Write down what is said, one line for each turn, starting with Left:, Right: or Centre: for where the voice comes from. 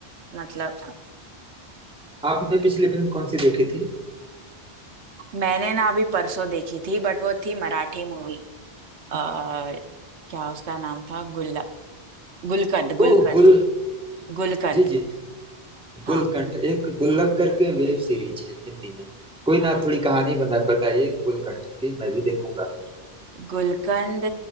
Right: मतलब
Centre: आपने पिछली फिल्म कौन सी देखी थी
Right: मैंने ना अभी परसों देखी थी बट वो थी मराठी मूवी आ क्या उसका नाम था गुल्ला गुलकंद गुलकंद
Centre: ओ गुल
Right: गुलकंद
Centre: जी जी
Right: हाँ
Centre: गुलकंठ एक गुल्लक करके वेब सीरीज है हिंदी में कोई
Right: हाँ
Centre: ना थोड़ी कहानी बना बताइए गुलकंठ की मैं भी देखूंगा फिर
Right: गुलकंद